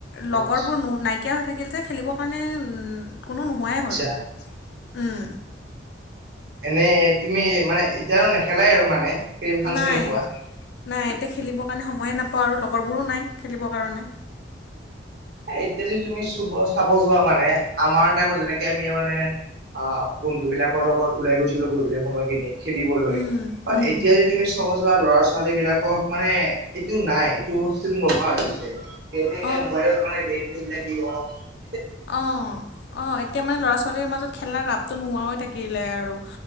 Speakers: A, on the right (about 55°); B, on the left (about 60°).
A: গম
B: লগৰবোৰ
A: পাইছো
B: নো নাইকিয়া হৈ থাকিল যে খেলিবৰ কাৰণে কোনো নোহোৱাই হ'ল
A: চা
B: উম,
A: এনে তুমি মানে এতিয়া নেখেলাই আৰু মানে খেলিব চান্সে
B: নাই
A: নোপোৱা
B: নাই এতিয়া খেলিবৰ কাৰণে সময়ে নাপাওঁ আৰু লগৰবোৰো নাই খেলিবৰ কাৰণে।
A: উম। এতিয়া যে তুমি চুব চাব যোৱা মানে আমাৰ টাইমত যেনেকে আমি মানে আহ বন্ধু বিলাকৰ লগত ওলাই গৈছিলো গধূলি সময়খিনি খেলিবলৈ
B: উম
A: বাট
B: উম,
A: এতিয়া যে তুমি থব যোৱা ল'ৰা ছোৱালী বিলাকক মানে এইটো নাই এইটো বস্তুটো নোহোৱা হৈ গৈছে। গেমে এতিয়া
B: অঁ
A: মোবাইলত মানে গেম খেলি থাকে কি ধৰণ
B: অ অ এতিয়া মানে ল'ৰা ছোৱালীৰ মাজত খেলা ৰাপটো নোহোৱা হৈ থাকিলে আৰু।